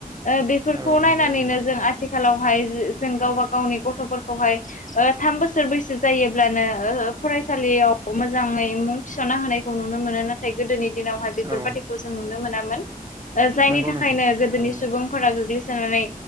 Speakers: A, on the left; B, on the right.
A: ओ बेफोरखौ
B: औ
A: नायनानैनो
B: नंगौ नंगौ
A: जों आथि खालावहाय जों गावबा गावनि गथ'फोरखौहाय ओ थाम बोसोर बैसो जायोब्लानो ओ फरायसालियाव मोजां मोजाङै मुं थिसनना होनायखौ नुनो मोनो नाथाय गोदोनि दिनावहाय बेफोरबायाददिखौ
B: औ
A: जों नुनो मोनामोन। ओ जायनि
B: नंगौ
A: थाखायनो
B: नोंथां
A: गोदोनि
B: थारैनो
A: सुबुंफोरा गोग्लैसोनानै